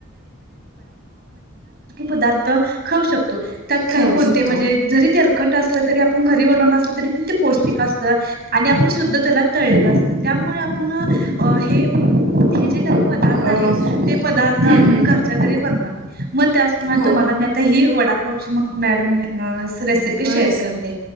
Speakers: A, on the right; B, on the right.
A: पदार्थ खाऊ शकतोय त्यात
B: खेळू
A: काही
B: शकतो
A: म्हणजे जरी खट असलं तरी आपण घरी बनवलं असलं तरी पण ते पौष्टिक असत आणि आपण सुद्धा त्याला तलेल असत त्यामुळे आपण हे हे जे काही पदार्थ आहेत
B: अ
A: ते पदार्थ
B: हम्म
A: आपण
B: हम्म
A: घरच्या घरी बनवावे मग त्याचप्रमाणे
B: हो
A: तुम्हाला म आता ही वडापावची मग मॅड रेसिपी शेअर
B: रेसिपी
A: करते